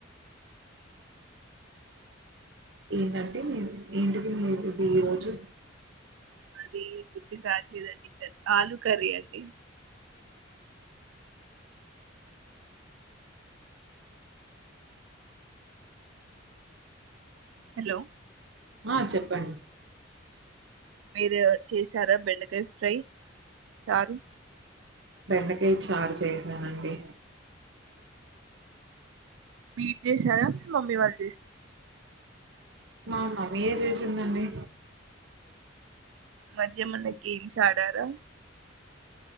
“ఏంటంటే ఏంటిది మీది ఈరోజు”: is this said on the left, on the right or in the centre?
Right